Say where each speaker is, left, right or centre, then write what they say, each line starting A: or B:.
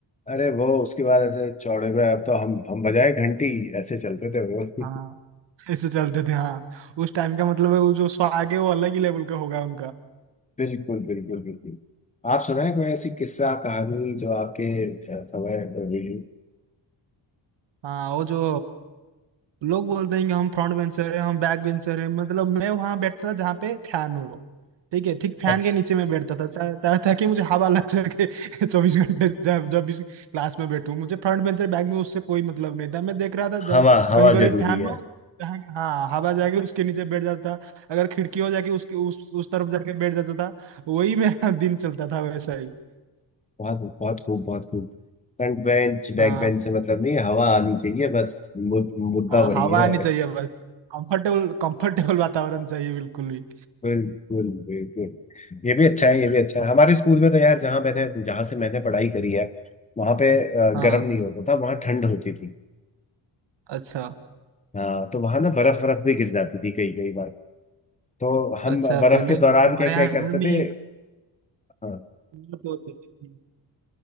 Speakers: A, on the left (about 15°); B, on the right (about 70°).
A: अरे वो उसके बाद ऐसे चौड़े पे अब तो हम हम बजाए घंटी ऐसे चलते थे वो
B: हाँ
A: <laughs>
B: ऐसे चलते थे हाँ उस टाइम का मतलब है वो जो स्वाग है वो अलग ही लेवल का होगा उनका
A: बिल्कुल बिल्कुल बिल्कुल आप सुनाए कोई ऐसी किस्सा कहानी जो आपके अ, समय पर हुई
B: हाँ वो जो लोग बोलते हैं कि हम फ्रंट बेंचर हैं हम बैक बेंचर हैं मतलब मैं वहां बैठता था जहाँ पे फैन हो ठीक है ठीक फैन
A: अच्छा
B: के नीचे मैं बैठता था ता, ता, ताकि मुझे हवा लग सके <laughs> चौबीस घंटे जब जब भी क्लास में बैठूं मुझे फ्रंट बेंचर बैक में उससे कोई मतलब नहीं था मैं देख रहा था
A: हवा
B: जहाँ
A: हवा
B: कहीं पर भी
A: जरूरी
B: फैन
A: है
B: हो जहाँ हाँ हवा जाके उसके नीचे बैठ जाता अगर खिड़की हो जाके उसके उस उस तरफ जाके बैठ जाता था वही मेरा <laughs> दिन चलता था वैसा ही
A: बहुत खूब बहुत खूब बहुत खूब फ्रंट बेंच बैक
B: हाँ।
A: बेंच से मतलब नहीं हवा आनी चाहिए बस मु- मुद्दा
B: हाँ
A: वही
B: हवा
A: है
B: आनी चाहिए बस कंफर्टेबल कंफर्टेबल वातावरण चाहिए बिल्कुल भी
A: बिल्कुल बिल्कुल ये भी अच्छा है ये भी अच्छा है हमारे स्कूल में तो यार जहाँ मैंने जहाँ से मैंने पढ़ाई करी है वहां पे अ,
B: हाँ
A: गर्म नहीं होता था वहां ठंड होती थी
B: अच्छा
A: हाँ तो वहां ना बर्फ बर्फ भी गिर जाती थी कई कई बार तो हम
B: अच्छा
A: बर्फ
B: फिर नहीं
A: के दौरान
B: हमारे
A: क्या क्या
B: यहाँ
A: करते
B: गर्मी
A: थे हाँ
B: बहुत होती है